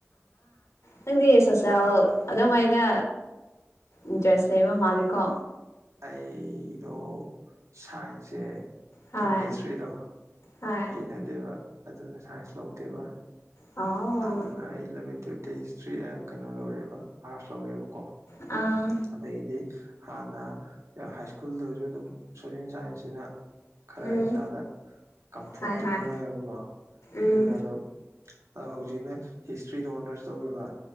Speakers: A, on the left; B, on the right.
A: ꯅꯪꯗꯤ ꯁꯣꯁꯤꯟ ꯑꯗꯨ ꯃꯥꯏꯅ ꯏꯟꯇꯔꯦꯁ ꯂꯩꯕ ꯃꯥꯜꯂꯦꯀꯣ
B: ꯑꯩꯗꯣ ꯁꯥꯏꯟꯁꯁꯦ
A: ꯍꯣꯏ
B: ꯀꯦꯃꯦꯁꯇ꯭ꯔꯤꯗꯣ
A: ꯍꯣꯏ
B: ꯍꯩꯅꯗꯦꯕ ꯑꯗꯨꯅ ꯁꯥꯏꯟꯁ ꯂꯧꯗꯦꯕ
A: ꯑꯣ
B: ꯑꯗꯨꯅ ꯑꯩ ꯏꯂꯚꯦꯟ ꯇꯨꯋꯜꯞꯇ ꯍꯤꯁꯇ꯭ꯔꯤ ꯀꯩꯅꯣ ꯂꯧꯔꯦꯕ ꯑꯥꯔꯠꯁ ꯂꯧꯔꯦꯕꯀꯣ
A: ꯑꯥ
B: ꯑꯗꯒꯤꯗꯤ ꯍꯥꯟꯅ ꯍꯥꯏ ꯁ꯭ꯀꯨꯜꯗꯁꯨ ꯑꯗꯨꯝ ꯁꯣꯁꯦꯜ ꯁꯥꯏꯟꯁꯁꯤꯅ ꯈꯔ
A: ꯎꯝ
B: ꯏꯁꯥꯗ ꯀꯝꯐꯣꯔꯇꯦꯕꯜ
A: ꯍꯣꯏ ꯍꯣꯏ
B: ꯑꯣꯏꯌꯦꯕꯀꯣ ꯑꯗꯨꯅ
A: ꯎꯝ
B: ꯑꯗꯨꯝ ꯑꯗꯣ ꯍꯧꯖꯤꯛꯅ ꯍꯤꯁꯇ꯭ꯔꯤꯗ ꯑꯣꯅꯔꯁ ꯇꯧꯋꯦꯕ